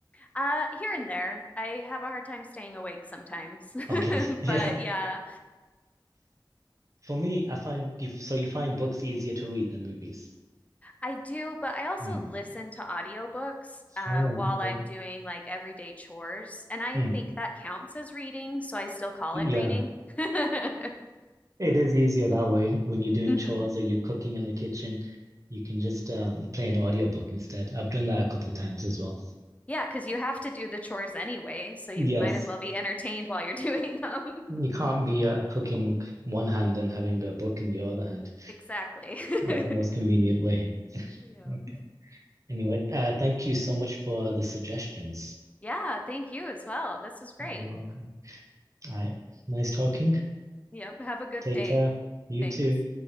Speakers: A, on the left (about 15°); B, on the right (about 40°).
A: Uh, here and there. I have a hard time staying awake sometimes.
B: Okay,
A: <laughs>
B: <laughs>
A: But
B: yeah.
A: yeah,
B: For me, I find you so you find books easier to read than movies.
A: I do, but I also
B: Hmm.
A: listen to audiobooks uh
B: Oh,
A: while
B: okay.
A: I'm doing like everyday chores, and I
B: Hmm.
A: think that counts as reading, so I still call
B: Yeah,
A: it reading. <laughs>
B: it is easier that way when you're doing
A: hmm
B: chores or you're cooking in the kitchen. You can just um, play an audiobook instead. I've done that a couple of times as well.
A: Yeah, because you have to do the chores anyway, so you
B: Yes,
A: might as well be entertained while you're doing them. <laughs>
B: you can't be uh, cooking one hand and having a book in your other hand.
A: Exactly.
B: Not the most
A: <laughs>
B: convenient way.
A: Yep.
B: Okay. Anyway, uh, thank you so much for the suggestions.
A: Yeah, thank you as well. This was great.
B: You're welcome. All right. Nice talking.
A: Yep, have a good
B: Take
A: day.
B: care. You
A: Thanks.
B: too.